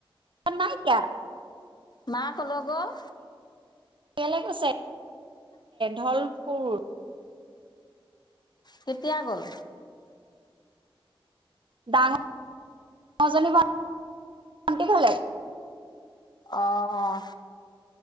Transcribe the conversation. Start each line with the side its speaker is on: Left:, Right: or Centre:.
Right: নাই এতিয়া।
Left: মা ক'লৈ গ'ল?
Right: কেলে গৈছে ঢলপুৰ
Left: কেতিয়া গ'ল?
Right: ডাঙৰ জনি ভণ্টিৰ ঘৰলে
Left: অহ।